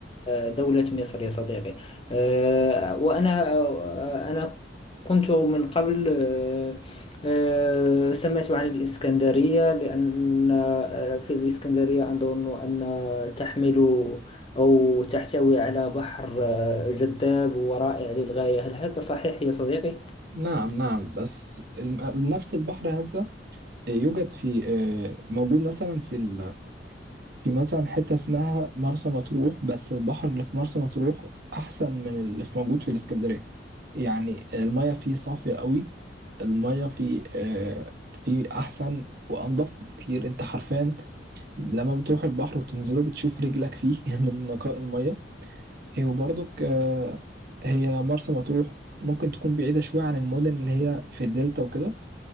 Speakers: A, on the left; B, on the right.
A: آه، دولة مصر يا صديقي آه، وأنا آه، أنا كنت من قبل آه، آه، سمعت عن الإسكندرية لأن آه، في الإسكندرية أظن أن تحمل أو تحتوي على بحر آه، جذاب ورائع للغاية هل هذا صحيح يا صديقي؟
B: نعم نعم بس الم... نفس البحر هذا يوجد في آه، موجود مثلا في ال... في مثلا حتة اسمها مرسى مطروح بس البحر اللي في مرسى مطروح أحسن من اللي في موجود في الإسكندرية يعني المياه فيه صافية قوي المية في آه، في أحسن وأنضف بكتير أنت حرفيا لما بتروح البحر وتنزله بتشوف رجلك فيه <laughs> من نقاء المية إيه، وبرضك آه، هي مرسى مطروح ممكن تكون بعيدة شوية عن المدن اللي هي في الدلتا وكده